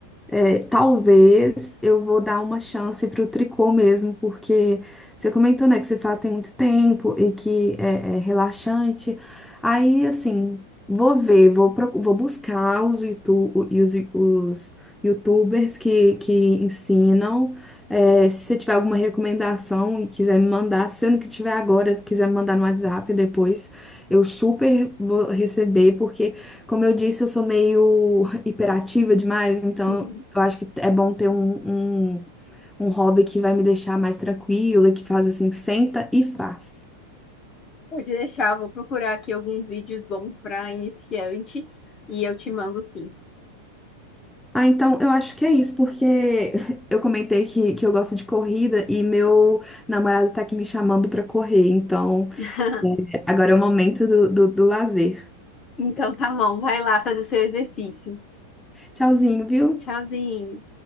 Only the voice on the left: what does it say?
<laughs>
Pode deixar, eu vou procurar aqui alguns vídeos bons para iniciante e eu te mando sim.
<laughs>
Então tá bom, vai lá fazer seu exercício.
Tchauzinho.